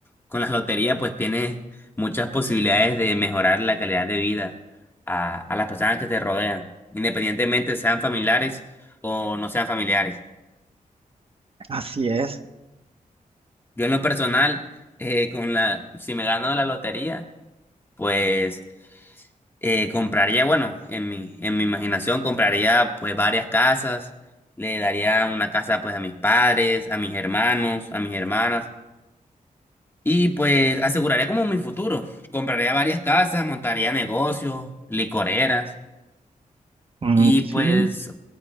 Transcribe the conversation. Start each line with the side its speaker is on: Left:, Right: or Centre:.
Left: con la lotería, pues tienes muchas posibilidades de mejorar la calidad de vida a, a las personas que te rodean, independientemente sean familiares o no sean familiares.
Right: Así es.
Left: Yo en lo personal, eh, con la, si me gano la lotería, pues Eh, compraría, bueno, en mi, en mi imaginación compraría pues varias casas, le daría una casa pues a mis padres, a mis hermanos, a mis hermanas y pues aseguraría como mi futuro. Compraría varias casas, montaría negocios, licoreras
Right: Mm,
Left: y pues,
Right: sí,